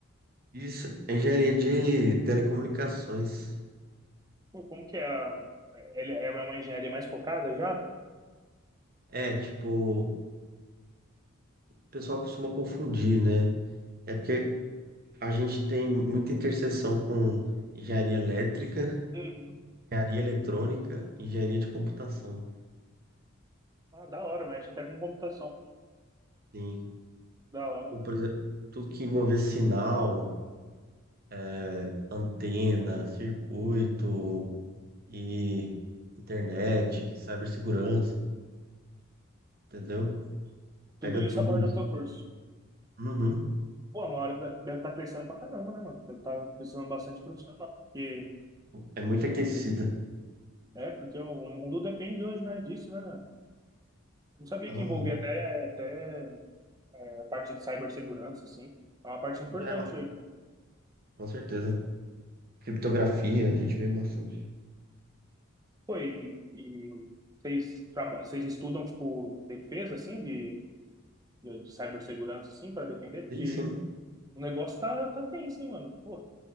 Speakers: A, on the right; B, on the right.
A: Isso, é engenharia de telecomunicações.
B: Pô, como que é? a- é- Ele é uma engenharia mais focada já?
A: É, tipo, o pessoal costuma confundir, né? É porque a gente tem muita interseção com engenharia elétrica,
B: Uhum.
A: engenharia eletrônica, engenharia de computação.
B: Ah, da hora, mexe até com computação.
A: Sim.
B: Da hora.
A: E, Por exemplo, tudo que envolver sinal, é, antena, circuito. e internet, cibersegurança, entendeu? Pega
B: Tudo isso
A: tudo
B: aborda
A: isso.
B: o seu curso.
A: Uhum.
B: Pô, a Mauri deve estar crescendo pra caramba, né, mano? Deve estar precisando bastante profissional. Porque,
A: É muito aquecida.
B: é, porque o mundo depende hoje, né, disso, né? Não sabia
A: Aham.
B: que envolvia até, até é, a parte de cibersegurança, assim. É uma parte importante
A: E ela,
B: hoje.
A: com certeza. Criptografia, a gente vê bastante.
B: Foi, e vocês, traba- vocês estudam, tipo, defesa, assim, de, de, de cibersegurança, assim, para defender? Porque
A: Sim, sim.
B: o negócio tá, tá tenso, hein, mano? Pô,